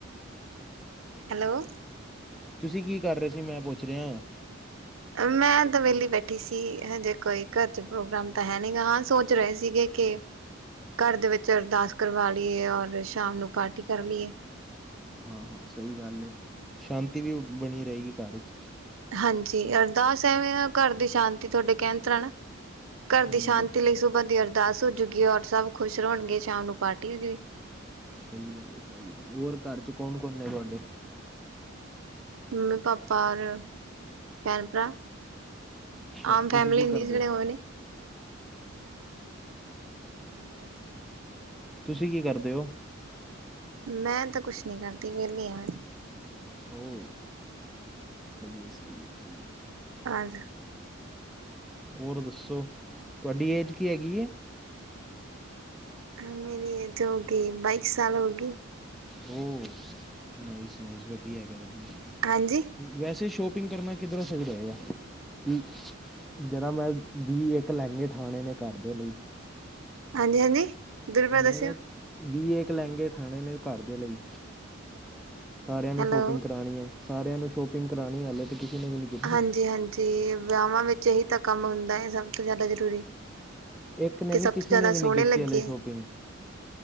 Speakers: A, on the right; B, in the centre.
A: ਹੈਲੋ।
B: ਤੁਸੀਂ ਕੀ ਕਰ ਰਹੇ ਸੀ ਮੈਂ ਏ ਪੁੱਛ ਰਿਹਾ?
A: ਮੈਂ ਤਾਂ ਵਿਹਲੀ ਬੈਠੀ ਸੀ ਹਜੇ ਕੋਈ ਘਰ ਚ ਪ੍ਰੋਗਰਾਮ ਤਾਂ ਹੈ ਨੀ ਗ ਹਾਂ ਸੋਚ ਰਹੇ ਸੀਗੇ ਕੇ ਘਰ ਦੇ ਵਿੱਚ ਅਰਦਾਸ ਕਰਵਾ ਲਈਏ ਔਰ ਸ਼ਾਮ ਨੂੰ ਪਾਰਟੀ ਕਰ ਲਈਏ।
B: ਹਾਂ ਹਾਂ ਸਹੀ ਗੱਲ ਐ ਸ਼ਾਂਤੀ ਵੀ ਬਣੀ ਰਹੇਗੀ ਘਰ ਚ।
A: ਹਾਂਜੀ ਅਰਦਾਸ ਐਵੇਂ ਆ ਘਰ ਦੀ ਸ਼ਾਂਤੀ ਤੁਹਾਡੇ ਕਹਿਣ ਤੇ ਨਾ ਘਰ
B: ਹਾਂਜੀ
A: ਦੀ ਸ਼ਾਂਤੀ ਲਈ ਸੁਵਾ ਦੀ ਅਰਦਾਸ ਹੋਜੂਗੀ ਔਰ ਸਭ ਖੁਸ਼ ਰਹਿਣਗੇ ਸ਼ਾਮ ਨੂੰ ਪਾਰਟੀ ਹੋਜੂਗੀ।
B: ਸਹੀ ਗੱਲ ਐ ਸਹੀ ਗੱਲ ਹੋਰ ਘਰ ਚ ਕੌਣ ਕੌਣ ਨੇ ਤੁਹਾਡੇ?
A: ਮੰਮੀ, ਪਾਪਾ ਔਰ ਭੈਣ, ਭਰਾ।
B: ਅੱਛਾ
A: ਆਮ
B: ਤੁਸੀਂ
A: ਫੈਮਲੀ
B: ਕੀ
A: ਹੁੰਦੀ
B: ਕਰਦੇ
A: ਜਿਹੜੇ
B: ਹੋ
A: ਓ ਨੇ। ਹਾਂਜੀ ਹਾਂਜੀ।
B: ਤੁਸੀਂ ਕੀ ਕਰਦੇ ਓ?
A: ਮੈਂ ਤਾਂ ਕੁਛ ਨੀ ਕਰਦੀ ਵਿਹਲੀ ਆ ਮੈਂ ਤੇ।
B: ਓ ਸਹੀ ਐ ਸਹੀ ਐ ਸਹੀ ਐ।
A: ਹਾਂਜੀ।
B: ਹੋਰ ਦੱਸੋ ਤੁਹਾਡੀ ਏਜ ਕੀ ਹੈਗੀ ਐ।
A: ਮੇਰੀ ਏਜ ਹੋਊਗੀ ਬਾਈਕ ਸਾਲ ਹੋਊਗੀ।
B: ਓ ਨਾਈਸ ਨਾਈਸ ਵਧੀਆ ਹੈਗਾ ਵਧੀਆ ਹੈਗਾ।
A: ਹਾਂਜੀ।
B: ਵੈਸੇ ਸ਼ੋਪਿੰਗ ਕਰਨਾ ਕਿੱਧਰੋਂ ਸਹੀ ਰਹੇਗਾ। ਕਿ ਜਰਾ ਮੈਂ ਵੀਹ ਇੱਕ ਲਹਿੰਗੇ ਠਾਣੇ ਨੇ ਘਰ ਦੇ ਲਈ।
A: ਹਾਂਜੀ ਹਾਂਜੀ। ਦੁਰਬਾ
B: ਮੈਂ
A: ਦੱਸਿਓ
B: ਕਿਹਾ ਵੀਹ ਏਕ ਲਹਿੰਗੇ ਠਾਣੇ ਨੇ ਘਰ ਦੇ ਲਈ। ਸਾਰਿਆਂ ਨੂੰ
A: ਹੈਲੋ
B: ਸ਼ੋਪਿੰਗ ਕਰਾਣੀ ਐ ਸਾਰਿਆਂ ਨੂੰ ਸ਼ੋਪਿੰਗ ਕਰਾਣੀ ਹਾਲੇ ਤਾਂ ਕਿਸੀ ਨੇ ਵੀ ਕੀਤੀ
A: ਹਾਂਜੀ- ਹਾਂਜੀ। ਵਿਆਹਾਂ ਵਿੱਚ ਇਹੀ ਤਾਂ ਕੰਮ ਹੁੰਦਾ ਹੈ ਸਭ ਤੋਂ ਜ਼ਿਆਦਾ ਜ਼ਰੂਰੀ।
B: ਇੱਕ ਨੇ
A: ਕਿ ਸਭ
B: ਨਹੀਂ ਕਿਸੇ
A: ਤੋਂ ਜ਼ਿਆਦਾ
B: ਨੇ ਵੀ ਨਹੀਂ
A: ਸੋਹਣੇ
B: ਕੀਤੀ
A: ਲੱਗੇ
B: ਹਾਲੇ ਸ਼ੋਪਿੰਗ
A: ਏ।